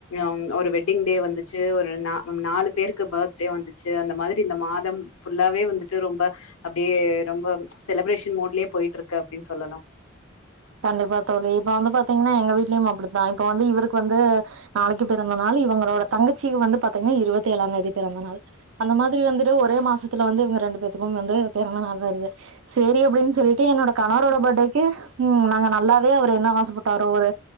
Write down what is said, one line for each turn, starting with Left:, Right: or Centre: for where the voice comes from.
Left: அ ஒரு வெட்டிங் டே வந்துச்சு ஒரு ந நாலு பேருக்கு பர்த் டே வந்துச்சு அந்த மாதிரி இந்த மாதம் ஃபுல்லாவே வந்துட்டு ரொம்ப அப்டியே ரொம்ப செலிப்ரேஷன் மோட்லயே போயிட்ருக்கு அப்டின் சொல்லலா
Right: கண்டிப்பா தோழி இப்ப வந்து பாத்தீங்கனா எங்க வீட்லயும் அப்டித்தா இப்ப வந்து இவருக்கு வந்து நாளைக்கு பிறந்த நாள் இவுங்களோட தங்கச்சிக்கு வந்து பாத்தீங்கனா இருவத்தி ஏழாந் தேதி பிறந்த நாள் அந்த மாதிரி வந்துட்டு ஒரே மாசத்துல வந்து இவுங்க ரெண்டு பேத்துக்கும் வந்து பிறந்த நாள் வருது சேரி அப்டின் சொல்லிட்டு என்னோட கணவரோட பர்டேக்கு ம் நாங்க நல்லாவே அவர் என்ன ஆசப்பட்டாரோ ஒரு